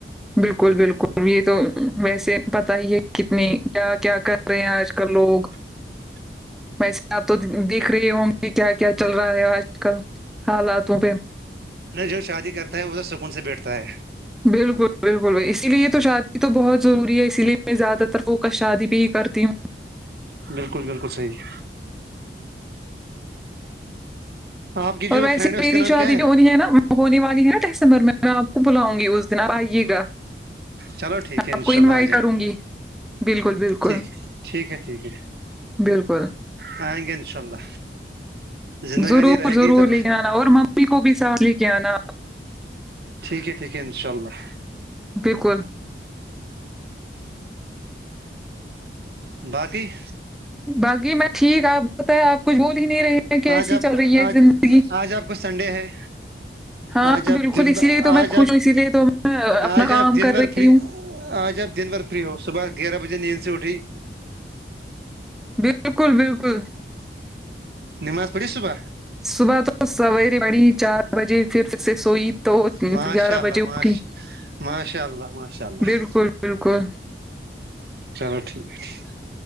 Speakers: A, in the centre; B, on the right.
A: بالکل بالکل یہ تو ویسے پتا ہی ہے کتنی کیا کیا کر رہے ہیں آج کل لوگ
B: ہ
A: پیس آپ تو دیکھ رہی ہوگے کیا کیا چل رہا ہے آج کل حالاتوں پہ
B: جو شادی کرتا ہے وہ تو سکون سے بیٹھتا ہے
A: بالکل بالکل بھائی اسی لیے تو شادی تو بہت ضروری ہے اسی لیے میں زیادہ تر فوکس شادی پہ ہی کرتی ہوں
B: بالکل بالکل صحیح آپ کی جو
A: اور ویسے
B: فرینڈ ہے اس
A: میری
B: کا نام
A: شادی
B: کیا
A: جو ہو رہی ہے نا ہونے والی ہے نا ڈسمبر میں آپ کو بلاؤں گی اس دن آپ آئیے گا
B: چلو ٹھیک ہے ان
A: آپ کو
B: شاء
A: انوائٹ
B: اللہ آ جائیں
A: کروں گی بالکل بالکل
B: گے ٹھیک ہے ٹھیک ہے ٹھیک ہے
A: بالکل
B: ائیں گے انشاء اللہ زندگانی
A: ضرور
B: رہے
A: ضرور
B: گی تو
A: لے کے آنا اور ممی کو بھی ساتھ لے کے آنا
B: ٹھیک ہے ٹھیک ہے ان شاء اللہ
A: بالکل
B: باقی
A: باقی میں ٹھیک آپ بتائیے آپ کچھ بول ہی نہیں رہے ہیں کیسی
B: آج آپ
A: چل
B: کا
A: رہی ہے
B: آج
A: زندگی
B: آج آپ کو سنڈے ہے
A: ہاں
B: آج آپ
A: بالکل
B: دن
A: اسی لیے تو
B: آج
A: میں
B: آپ
A: خوش ہوں اسی لیے تو میں اپنا
B: آج
A: کام
B: آپ دن
A: کر
B: بھر
A: رہی
B: فری
A: ہوں
B: آج آپ دن بھر فری ہو صبح گیارہ بجے نیند سے اٹھی
A: بالکل بالکل
B: نماز پڑھی صبح
A: صبح تو سویرے پڑھی چار بجے پھر سے سوئی تو گیارہ
B: ماشاء اللہ
A: بجے
B: ماش
A: اٹھی
B: ماشاء اللہ ماشاء اللہ
A: بالکل بالکل
B: چلو ٹھیک ہے ٹھیک ہے